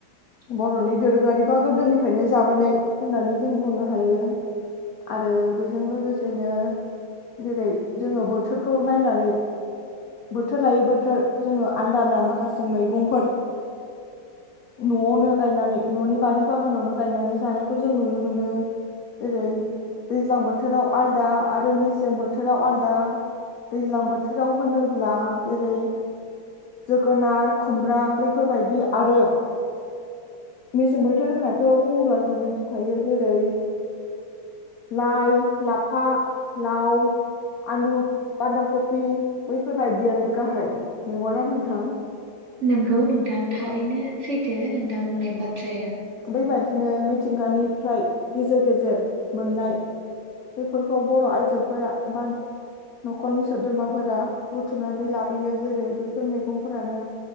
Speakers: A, on the left; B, on the right.
A: बर'नि दोरोङारि बा गोदोनिफ्रायनो जाबोनाय होननानै जों बुंनो हायो आरो बेजों लोगोसेनो जेरै जोङो बोथोरखौ नायनानै बोथोर लायै बोथोर जोङो आलदा आलदा माखासे मैगंफोर न'आवनो गायनानै न'नि बारि बागानावनो गायनानै जानायखौ जों नुनो मोनो जेरै दैज्लां बोथोराव आलदा आरो मेसें बोथोराव आलदा दैज्लां बोथोराव होनोब्ला जेरै जोगोनार खुमब्रा बैफोरबायदि आरो मेसें बोथोर होननाथ' बुङोब्ला जों मिथिखायो जेरै लाइ लाफा लाव आलु बान्दा कफि बैफोरबायदियानो गाहाय नंगौना नोंथां।
B: नोंगौ नोंथां थारैनो
A: औ
B: थो नोंथां बुंनाय बाथ्राया
A: बैबदिनो मिथिंगानिफ्राय गेजेर गेजेर मोननाय बेफोरखौ बर' आइजोफोरा बा न'खरनि सोद्रोमाफोरा बुथुमनानै लाबोयो जेरै बैफोर मैगंफोरानो